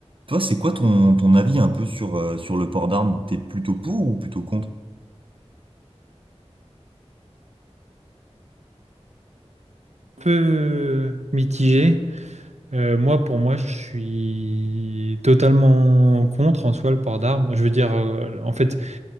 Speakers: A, on the right; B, on the right.
A: Toi, c'est quoi ton, ton avis un peu sur, euh, sur le port d'armes? T'es plutôt pour ou plutôt contre?
B: peu mitigé. Euh, moi, pour moi, je suis totalement contre en soi le port d'armes. Je veux dire, euh, en fait,